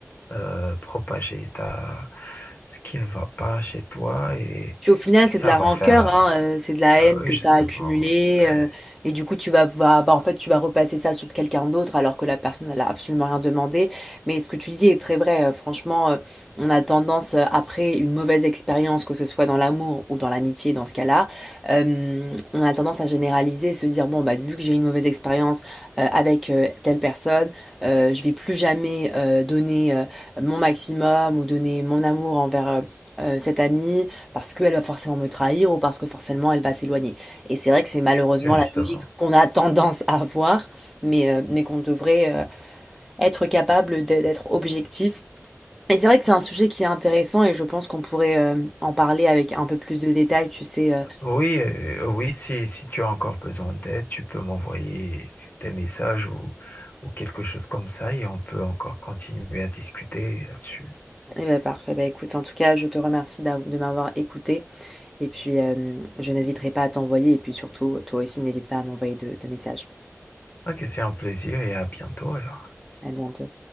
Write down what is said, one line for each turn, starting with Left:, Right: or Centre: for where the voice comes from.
Left: euh, propager ta, ce qui ne va pas chez toi et,
Centre: Puis au final,
Left: et
Centre: c'est
Left: ça
Centre: de la
Left: va
Centre: rancœur,
Left: faire
Centre: hein, euh, c'est de la
Left: euh,
Centre: haine
Left: euh,
Centre: que
Left: oui, justement,
Centre: tu as accumulée.
Left: c'est
Centre: euh, et du coup, tu vas, va- bah, en fait, tu vas repasser ça sur quelqu'un d'autre alors que la personne, elle a absolument rien demandé. Mais ce que tu dis est très vrai. euh, franchement, euh, on a tendance, euh, après une mauvaise expérience, que ce soit dans l'amour ou dans l'amitié, dans ce cas-là, euh, on a tendance à généraliser, se dire, bon, bah, vu que j'ai eu une mauvaise expérience euh, avec euh, telle personne, euh, je vais plus jamais euh, donner euh, mon maximum ou donner mon amour envers... euh, euh, cet ami parce qu'elle va forcément me trahir ou parce que forcément elle va s'éloigner. Et c'est vrai que c'est malheureusement
Left: justement.
Centre: la logique qu'on a tendance à avoir, mais, euh, mais qu'on devrait euh, être capable d'e- d'être objectif. Et c'est vrai que c'est un sujet qui est intéressant et je pense qu'on pourrait euh, en parler avec un peu plus de détails, tu sais. euh.
Left: Oui, euh, oui, si, si tu as encore besoin d'aide, tu peux m'envoyer des messages ou, ou quelque chose comme ça et on peut encore continuer à discuter là-dessus.
Centre: Eh ben parfait, bah écoute, en tout cas, je te remercie d'av- de m'avoir écouté et puis euh, je n'hésiterai pas à t'envoyer et puis surtout, toi aussi, n'hésite pas à m'envoyer de de messages.
Left: Ok, c'est un plaisir et à bientôt alors.
Centre: À bientôt.